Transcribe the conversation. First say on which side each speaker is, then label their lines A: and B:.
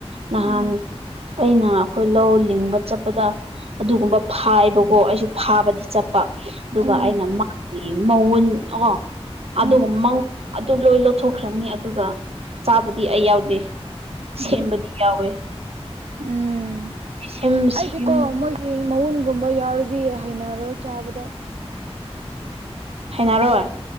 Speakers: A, on the right; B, on the right.
A: ꯅꯍꯥꯟ
B: ꯎꯝ
A: ꯑꯩꯅ ꯑꯩꯈꯣꯏ ꯂꯧ ꯂꯤꯡꯕ ꯆꯠꯄꯗ ꯑꯗꯨꯒꯨꯝꯕ ꯐꯥꯏꯕꯀꯣ ꯑꯩꯁꯨ ꯐꯥꯕꯗꯤ ꯆꯠꯄ ꯑꯗꯨꯒ
B: ꯎꯝ
A: ꯑꯩꯅ ꯃꯥꯒꯤ ꯃꯋꯨꯟ <unintelligible> ꯑꯗꯨꯒ
B: ꯎꯝ
A: ꯃꯪ ꯑꯗꯨ ꯂꯣꯏ ꯂꯧꯊꯣꯛꯈ꯭ꯔꯅꯤ ꯑꯗꯨꯒ ꯆꯥꯕꯗꯤ ꯑꯩ ꯌꯥꯎꯗꯦ ꯁꯦꯝꯕꯗꯤ
B: ꯎꯝ
A: ꯌꯥꯎꯋꯦ
B: ꯎꯝ
A: ꯁꯦꯝ ꯁꯦꯝ
B: ꯑꯩꯗꯤꯀꯣ ꯃꯣꯏꯒꯤ ꯃꯎꯟ ꯒꯨꯝꯕ ꯌꯥꯎꯔꯗꯤ ꯍꯩꯅꯔꯔꯣꯏ ꯆꯥꯕꯗ
A: ꯍꯩꯅꯔꯣꯏ